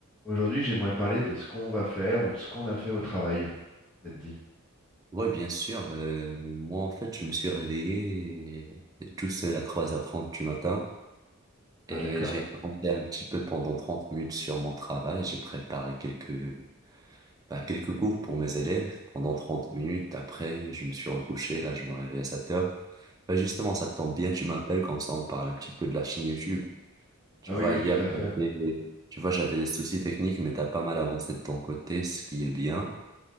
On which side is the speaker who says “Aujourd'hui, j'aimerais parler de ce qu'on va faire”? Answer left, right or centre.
Centre